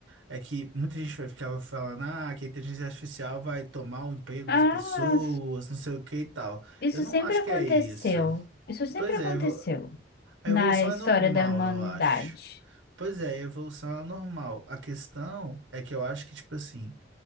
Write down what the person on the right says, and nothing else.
é que muita gente vai- ficava falando, ah, que a inteligência artificial vai tomar o emprego
das pessoas, não sei o que e tal.
Eu não
acho
que é isso.
Pois
é, vo- A
evolução
é normal,
eu acho. Pois é, a evolução é normal. A questão é que eu acho que, tipo assim,